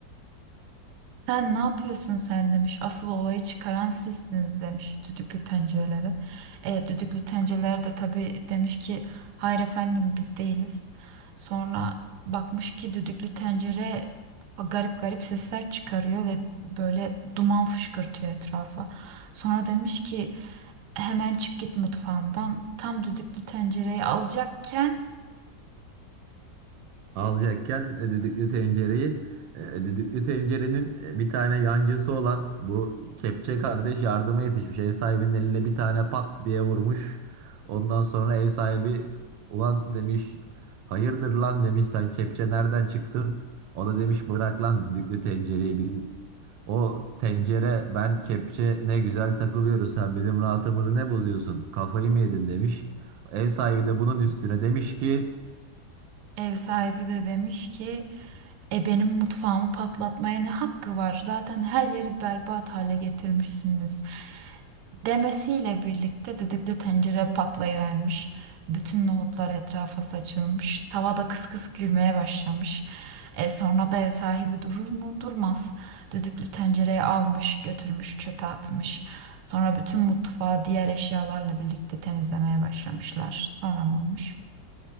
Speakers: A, on the right; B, on the right.
A: Sen ne yapıyorsun sen demiş. Asıl olayı çıkaran sizsiniz demiş düdüklü tencerelere. E, düdüklü tencereler de tabii demiş ki hayır efendim biz değiliz. Sonra bakmış ki düdüklü tencere garip garip sesler çıkarıyor ve böyle duman fışkırtıyor etrafa. Sonra demiş ki hemen çık git mutfağımdan. Tam düdüklü tencereyi alacakken
B: alacakken e, düdüklü tencereyi e, düdüklü tencerenin e, bir tane yancısı olan bu kepçe kardeş yardıma yetişmiş. Ev sahibinin eline bir tane pat diye vurmuş. Ondan sonra ev sahibi ulan demiş hayırdır lan demiş sen kepçe nereden çıktın? O da demiş bırak lan düdüklü tencereyi biz o tencere ben kepçe ne güzel takılıyoruz sen bizim rahatımızı ne bozuyorsun kafayı mı yedin demiş. Ev sahibi de bunun üstüne demiş ki
A: ev sahibi de demiş ki E benim mutfağımı patlatmaya ne hakkı var? Zaten her yeri berbat hale getirmişsiniz. Demesiyle birlikte düdüklü tencere patlayıvermiş. Bütün nohutlar etrafa saçılmış. Tava da kıs kıs gülmeye başlamış. E sonra da ev sahibi durur mu? Durmaz. Düdüklü tencereyi almış, götürmüş, çöpe atmış. Sonra bütün mutfağı diğer eşyalarla birlikte temizlemeye başlamışlar. Sonra ne olmuş?